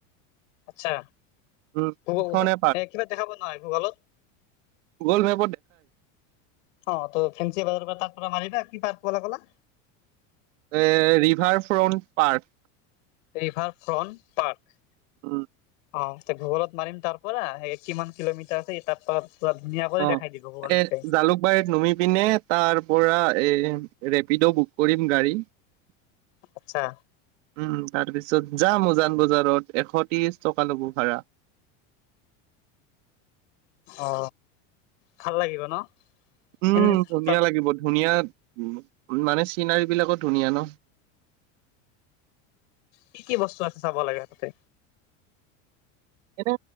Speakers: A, on the left; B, on the right.
A: আচ্ছা
B: উম।
A: ভগ
B: সিখনে
A: এ কিবা দেখাাবোৱা নহয় ভূগলত
B: গল মে
A: অ ত ফ্ৰেঞ্চি বজাৰ তাৰ পৰা মাৰিবা কি পাৰ্ক কলা
B: এ river front park
A: river front park
B: উম।
A: অ ভূগোলত মাৰিম তাৰ পৰা সেই কিমান কিলোমিটাৰ আছে তাৰ পৰা পুৰা ধুনীয়া কৰি
B: অ
A: দেখাই দিব গুগল মেপে।
B: এ জালুকবাৰীত নুমি পিনে তাৰ পৰা এ ৰেপিডো বুক কৰিম গাড়ী উম
A: আচ্ছা
B: তাৰপিছত তাৰপিছত যাম উজান বজাৰত এশ ত্ৰিশ টকা ল'ব ভাড়া
A: অ ভাল লাগিব ন
B: উম
A: এনে
B: ধুনীয়া
A: তাত
B: লাগিব ধুনীয়া উ মানে চিনাৰী বিলাকো ধুনীয়া ন
A: কি কি বস্তু আছে চাব লাগে হ তাতে
B: এনে